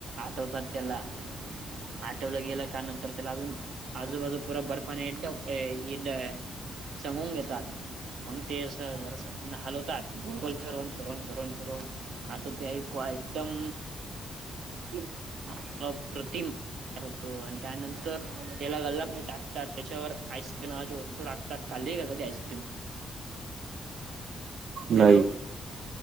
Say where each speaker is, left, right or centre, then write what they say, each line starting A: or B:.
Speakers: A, on the right (about 75°); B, on the right (about 55°).
A: आठवतात त्याला आठवलं गेलं का नंतर त्याला अजून आजूबाजू पूरा बर्फाने <unintelligible> समून घेतात मग ते अस जरास हलवतात गोल गोल फिरून फिरून फिरून फिरून असं ते ऐकू आयटम
B: ह <unintelligible>
A: अप्रतिम होतो आणि त्यानंतर त्याला गालामध्ये टाकतात त्याच्यावर आईस्क्रीम नावाची तो टाकतात खाली गेलं ते आईस्क्रीम हॅलो
B: नाही